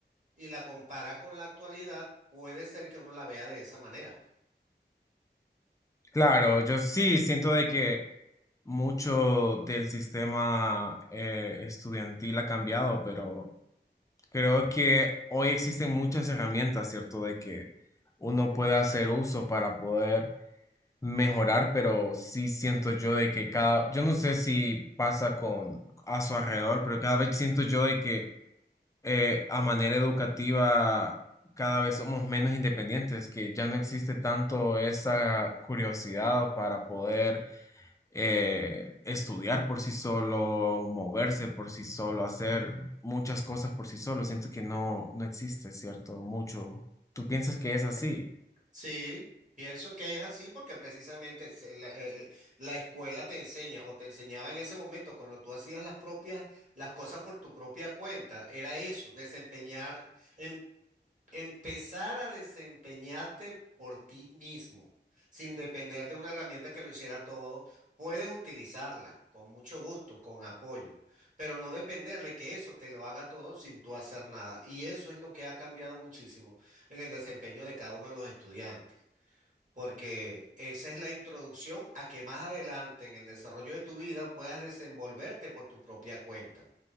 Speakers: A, on the right; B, on the left.
A: y la compara con la actualidad, puede ser que uno la vea de esa manera.
B: Claro, yo sí siento de que mucho del sistema eh, estudiantil ha cambiado, pero creo que hoy existen muchas herramientas, ¿cierto? De que uno puede hacer uso para poder mejorar, pero sí siento yo de que cada, yo no sé si pasa con a su alrededor, pero cada vez siento yo de que eh, a manera educativa cada vez somos menos independientes, que ya no existe tanto esa curiosidad para poder eh, estudiar por sí solo, moverse por sí solo, hacer muchas cosas por sí solo. Siento que no, no existe, ¿cierto? Mucho. ¿Tú piensas que es así?
A: Sí, pienso que es así porque precisamente se- la, eh, eh, la escuela te enseña o te enseñaba en ese momento cuando tú hacías las propias, las cosas por tu propia cuenta, era eso, desempeñar, em- empezar a desempeñarte por ti mismo, sin depender de una herramienta que lo hiciera todo, puedes utilizarla con mucho gusto, con apoyo, pero no depender de que eso te lo haga todo sin tú hacer nada. Y eso es lo que ha cambiado muchísimo en el desempeño de cada uno de los estudiantes porque esa es la introducción a que más adelante en el desarrollo de tu vida puedas desenvolverte por tu propia cuenta.